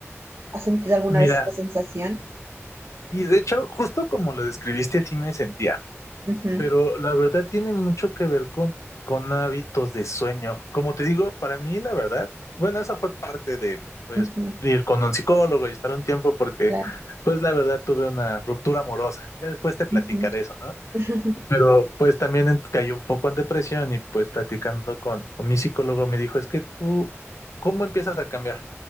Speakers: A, on the right; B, on the left.
A: ¿Has sentido alguna
B: Mira,
A: vez esta sensación?
B: y de hecho, justo como lo describiste, así me sentía,
A: Ujú,
B: pero la verdad tiene mucho que ver con, con hábitos de sueño. Como te digo, para mí la verdad, bueno, esa fue parte de, pues,
A: ujú.
B: ir con un psicólogo y estar un tiempo porque,
A: Claro.
B: pues, la verdad tuve una ruptura amorosa. Ya después te platicaré
A: ujú,
B: eso, ¿no?
A: <laughs>
B: Pero pues también en- caí un poco en depresión y pues platicando con, con mi psicólogo me dijo, es que tú, ¿cómo empiezas a cambiar?